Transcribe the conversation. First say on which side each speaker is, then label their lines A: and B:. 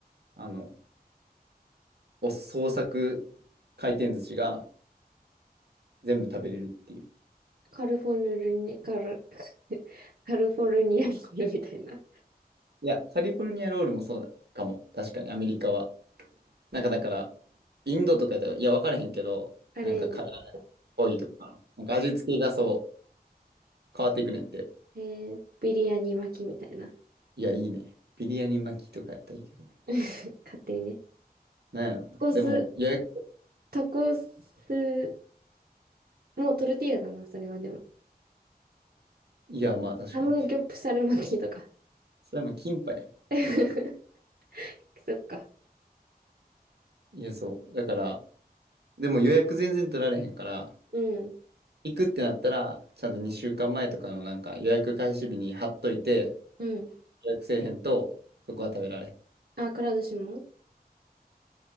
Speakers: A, on the right; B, on the right.
A: あの、お創作回転寿司が全部食べれるっていう。
B: カルフォルニア、カル、<laughs> カルフォルニアコール <laughs> みたいな。
A: いや、カリフォルニアロールもそうだかも。確かに、アメリカは。なんかだから、インドとかやったら、いや、分からへんけど、
B: あれ、
A: なんかカレーっぽいとか、なんか味付けがそう、変わっていくねんって。
B: えー、ビリヤニ巻きみたいな。
A: いや、いいね。ビリヤニ巻きとかやったらいいけどね。
B: <laughs> 勝手にね。
A: なんやろな。
B: タコス、
A: でも、予約、
B: タコス、もうトルティーヤだな、それはでも。
A: いや、まあ確かに。
B: ハムギョプサル巻きとか。
A: それもキンパや
B: <laughs> そっか。
A: ん。いや、そう。だから、でも予約全然取られへんから、
B: うん、
A: 行くってなったら、ちゃんと2週間前とかのなんか予約開始日に貼っといて、
B: うん。
A: 予約せえへんと、そこは食べられ
B: あ、くら寿司も